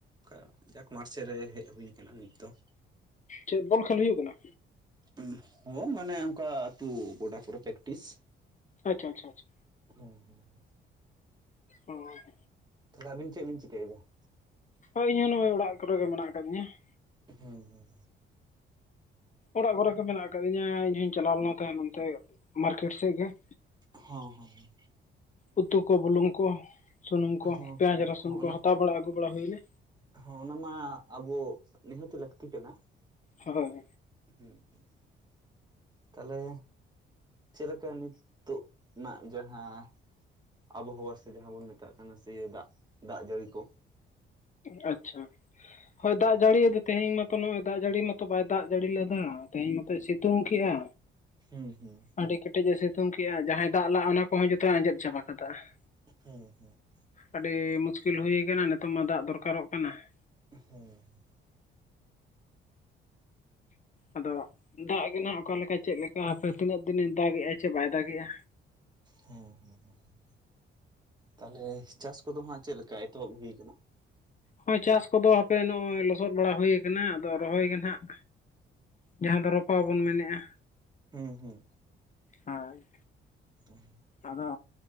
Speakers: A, on the right; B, on the left.
A: ᱠᱟ ᱡᱟᱠ ᱢᱟᱴᱷ ᱥᱮᱜ ᱨᱮ ᱦᱮᱜ ᱦᱩᱭ ᱟᱠᱟᱱᱟ ᱱᱤᱛ ᱫᱚ ᱾
B: ᱪᱮᱫ ᱵᱚᱞ ᱠᱷᱮᱞ ᱦᱩᱭᱩᱜ ᱠᱟᱱᱟ?
A: ᱩᱸᱦ, ᱦᱚᱸ ᱢᱟᱱᱮ ᱚᱝᱠᱟ ᱟᱹᱛᱩ ᱜᱚᱰᱟ ᱠᱚᱨᱮ ᱯᱮᱠᱴᱤᱥ
B: ᱟᱪᱪᱷᱟ ᱟᱪᱪᱷᱟ ᱟᱪᱪᱷᱟ ᱾
A: ᱦᱩᱸ ᱦᱩᱸ ᱾
B: ᱳ ᱦᱚᱸᱜ ᱾
A: ᱛᱟᱦᱞᱮ ᱟᱹᱵᱤᱱ ᱪᱮᱜ ᱵᱤᱱ ᱪᱤᱠᱟᱹ ᱭᱮᱫᱟ ᱾
B: ᱦᱚᱭ ᱤᱧ ᱦᱚᱸ ᱱᱚᱼᱚᱭ ᱚᱲᱟᱜ ᱠᱚᱨᱮ ᱜᱮ ᱢᱮᱱᱟᱜ ᱟᱠᱟᱜ ᱫᱤᱧ-ᱟ ᱾
A: ᱦᱮᱸ ᱦᱩᱸ ᱦᱩᱸ᱾
B: ᱚᱲᱟᱜ ᱠᱚᱨᱮ ᱜᱮ ᱢᱮᱱᱟᱜ ᱟᱠᱟᱜ ᱫᱤᱧᱟ ᱤᱧ ᱦᱩᱧ ᱪᱟᱞᱟᱣ ᱞᱮᱱᱟ ᱛᱟᱦᱮᱱ ᱚᱱᱛᱮ ᱢᱟᱨᱠᱮᱴ ᱥᱮᱜ ᱜᱮ ᱾
A: ᱦᱚᱸ ᱦᱚᱸ ᱦᱚᱸ ᱾
B: ᱩᱛᱩ ᱠᱚ ᱵᱩᱞᱩᱝ ᱠᱚ, ᱥᱩᱱᱩᱢ ᱠᱚ
A: ᱦᱚᱸ
B: ᱯᱮᱭᱟᱡ
A: ᱦᱚᱸ
B: ᱨᱟᱹᱥᱩᱱ
A: ᱦᱚᱸ
B: ᱠᱚ
A: ᱚᱱᱟ
B: ᱦᱟᱛᱟᱣ ᱵᱟᱲᱟ ᱟᱹᱜᱩ ᱵᱟᱲᱟ ᱦᱩᱭᱮᱱᱟ᱾
A: ᱦᱚᱸ ᱚᱱᱟ ᱢᱟ ᱟᱵᱚ ᱱᱤᱦᱟᱹᱛᱤ ᱞᱟᱹᱠᱛᱤ ᱠᱟᱱᱟ ᱾
B: ᱦᱚᱭ ᱾
A: ᱦᱩᱸ ᱦᱩᱸ, ᱛᱟᱞᱦᱮ᱾ ᱪᱮᱫ ᱞᱮᱠᱟ ᱱᱤᱛ-ᱛᱚᱜ ᱱᱟᱜ ᱡᱟᱦᱟᱸ ᱟᱵᱚ ᱦᱚᱣᱟ ᱥᱮ ᱡᱟᱦᱟᱸ ᱵᱚᱱ ᱢᱮᱛᱟᱜ ᱠᱟᱱᱟ ᱥᱮ ᱤᱭᱟᱹ ᱫᱟᱜᱽ ᱼ ᱫᱟᱜᱽ ᱡᱟᱹᱲᱤ ᱠᱚ ᱾
B: ᱟᱪᱪᱷᱟ ᱾ ᱦᱚᱭ ᱫᱟᱜᱽ ᱡᱟᱹᱲᱤ ᱭᱟᱫᱚ ᱛᱮᱦᱤᱧ ᱢᱟᱛᱚ ᱱᱚᱜ-ᱚᱭ ᱫᱟᱜᱽ ᱡᱟᱹᱲᱤ ᱢᱟᱛᱚ ᱵᱟᱭ ᱫᱟᱜᱽ ᱡᱟᱹᱲᱤ ᱞᱮᱫᱟ ᱛᱮᱦᱤᱧ ᱢᱟᱛᱚᱭ ᱥᱤᱛᱩᱝ ᱠᱮᱜᱼᱟ᱾
A: ᱦᱮᱸ ᱦᱩᱸ ᱾
B: ᱟᱹᱰᱤ ᱠᱮᱴᱮᱡ ᱮ ᱥᱤᱛᱩᱝ ᱠᱮᱜᱼᱟ ᱡᱟᱦᱟᱸᱭ ᱫᱟᱜᱽ ᱞᱟᱜᱼᱟ ᱚᱱᱟ ᱠᱚᱦᱚᱸ ᱡᱚᱛᱚᱭ ᱟᱸᱡᱮᱫ ᱪᱟᱵᱟ ᱠᱟᱫᱟᱜ-ᱟ ᱾
A: ᱦᱮᱸ ᱦᱩᱸ ᱾
B: ᱟᱹᱰᱤ ᱢᱩᱥᱠᱤᱞ ᱦᱩᱭᱟ ᱠᱟᱱᱟ ᱱᱤᱛᱚᱝ ᱢᱟ ᱫᱟᱜᱽ ᱫᱚᱨᱠᱟᱨᱚᱜ ᱠᱟᱱᱟ ᱾
A: ᱦᱩᱸ ᱾
B: ᱟᱫᱚ ᱫᱟᱜ ᱜᱮ ᱱᱟᱜ ᱚᱠᱟ ᱞᱮᱠᱟ ᱪᱮᱫ ᱞᱮᱠᱟ ᱦᱟᱯᱮ ᱛᱤᱱᱟᱹᱜ ᱫᱤᱱᱮ ᱫᱟᱜᱮᱜ-ᱟ ᱪᱮ ᱵᱟᱭ ᱫᱟᱜᱮᱜ-ᱟ᱾
A: ᱦᱩᱸ, ᱦᱩᱸ ᱦᱩᱸ ᱦᱩᱸ ᱦᱩᱸ᱾ ᱛᱟᱦᱞᱮ ᱪᱟᱥ ᱠᱩᱫᱚ ᱦᱟᱸᱜ ᱪᱮᱫ ᱞᱮᱠᱟ ᱮᱛᱚᱦᱚᱵ ᱦᱩᱭ ᱠᱟᱱᱟ?
B: ᱦᱳᱭ ᱪᱟᱥ ᱠᱚᱫᱚ ᱦᱟᱯᱮ ᱱᱚᱜ-ᱚᱭ ᱞᱚᱥᱚᱫ ᱵᱟᱲᱟ ᱦᱩᱭ ᱠᱟᱱᱟ ᱟᱫᱚ ᱨᱚᱦᱚᱭ ᱜᱮ ᱱᱟᱜ᱾ ᱡᱟᱦᱟᱸ ᱫᱚ ᱨᱚᱯᱟᱣ ᱵᱩᱱ ᱢᱮᱱᱮᱜ-ᱟ᱾
A: ᱦᱩᱸ ᱦᱩᱸ᱾
B: ᱦᱟᱹᱭ᱾
A: ᱩᱸ᱾
B: ᱟᱫᱚ,